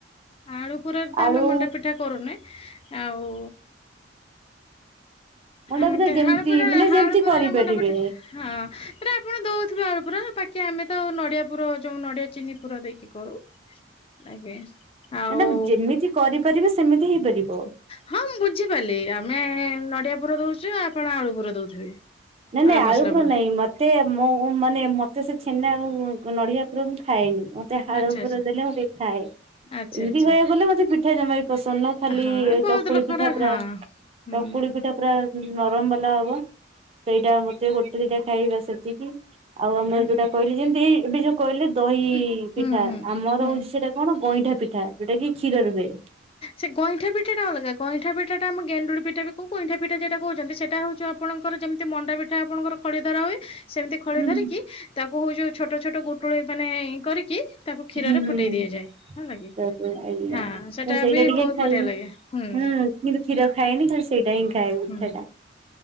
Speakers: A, on the left; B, on the right.
A: ଆଳୁ ପୁରାରେ ତ
B: ଆଳୁ
A: ଆମେ ମଣ୍ଡା ପିଠା କରୁନେ ଆଉ
B: ମଣ୍ଡା
A: ଆମ
B: ପିଠା
A: କେଳପୁରରେ
B: ଯେମିତି ମାନେ
A: ହାଳପୁରରେ
B: ଯେମିତି କରିପାରିବେ।
A: ମୁଣ୍ଡ ପଠ ହଁ ସେଇଟା ଆପଣ ଦଉଥିବେ ଆଳୁ ପୁର ବାକି ଆମେ ତ ନଡ଼ିଆ ପୁର ଯୋଉ ନଡ଼ିଆ ଚିନି ପୁର ଦେଇକି କରୁ। ଲାଗେ ଆଉ
B: ମାନେ ଯେମିତି କରିପାରିବେ ସେମିତି ହେଇପାରିବ।
A: ହଁ ମୁଁ ବୁଝିପାରିଲି ଆମେ ନଡିଆ ପୁର ଦଉଛୁ ଆପଣ ଆଳୁ ପୁର ଦଉଥିବେ।
B: ନାଇଁ ନାଇଁ
A: ଆଳୁ ମସଲା
B: ଆଳୁପୁର
A: ପୁର
B: ନାଇଁ ମତ୍ ତେ ମୁଁ ମାନେ ମତେ ସେ ଛେନା ଆଉ ନଡିଆ ପୁର ମୁଁ ଖାଏନି। ମତେ ଆଳୁ
A: ଆଚ୍ଛା
B: ପୁର
A: ଆଚ୍ଛା
B: ଦେଲେ ମୁଁ ଟିକେ ଖାଏ। ଏମିତି
A: ଆଚ୍ଛା ଆଚ୍ଛା
B: କହିବାକୁ ଗଲେ ମତେ ପିଠା ଜମା ବି ପସନ୍ଦ ନୁହଁ ଖାଲି
A: ହଁ ବହୁତ
B: ଚକୁଳି
A: ଲୋକର
B: ପିଠା ପୁରା।
A: ହଁ।
B: ଚକୁଳି
A: ହୁଁ
B: ପିଠା ପୁରା ନରମ ବାଲା ହବ। ସେଇଟା ମତେ ଗୋଟେ ଦିଟା ଖାଇବି ବାସ୍ ସେତିକି ଆଉ ଆମର
A: ହୁଁ
B: ଯୋଉଟା କହିଲି ଯେମିତି ଏଇ ଏବେ ଯୋଉ। କହିଲେ ଦହି
A: ହୁଁ ହୁଁ
B: ପିଠା
A: ହୁଁ
B: ଆମର
A: ହୁଁ।
B: ହଉଛି ସେଇଟା କଣ ଗଇଁଠା ପିଠା ଯୋଉଟା କି କ୍ଷୀର ରେ ହୁଏ।
A: ସେ ଗଇଁଠା ପିଠା ଟା ଅଲଗା ଗଇଁ ଗଇଁଠା ପିଠାଟା ଆମେ ଗେଣ୍ଡୁଳି ପିଠା ବି କହୁ ଗଇଁଠା ପିଠା ଯେଟା କହୁଛନ୍ତି ସେଟା ହେଉଛି ଆପଣଙ୍କର ଯେମିତି ମଣ୍ଡା ପିଠା ଆପଣଙ୍କର। ଖଳି ଧରା ହୁଏ ସେମିତି ଖଳି
B: ହୁଁ
A: ଧରିକି ତାକୁ ହଉଛି ଯୋଉ ଛୋଟ ଛୋଟ ଗୁଟୁଳି ମାନେ କରିକି। ତାକୁ କ୍ଷୀରରେ
B: ହୁଁ ହୁଁ
A: ଫୁଟେଇ ଦିଆଯାଏ ହେଲା କିି
B: ତାପରେ ଆଜ୍ଞା
A: ହାଁ ସେ।
B: ତ ସେଇଟା
A: ସେଟା ବି
B: ଟିକେ
A: ବହୁତ
B: ଖାଇବେ।
A: ବଢିଆ ଲାଗେ ହୁଁ।
B: କିନ୍ତୁ କ୍ଷୀର ଖାଏନି ଖାଲି ସେଇଟା ହିଁ ଖାଏ ପିଠା
A: ହୁଁ
B: ଟା।